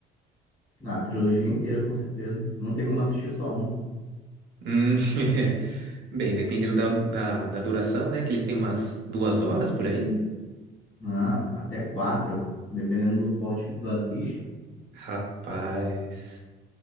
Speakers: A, on the left; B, on the right.
A: Na trilogia inteira, com certeza. Não tem como assistir só um.
B: Hum, <laughs> bem, dependendo da, da, da duração, né? Que eles têm umas duas horas por aí.
A: Ah, até quatro, dependendo do corte que tu assiste.
B: Rapaz,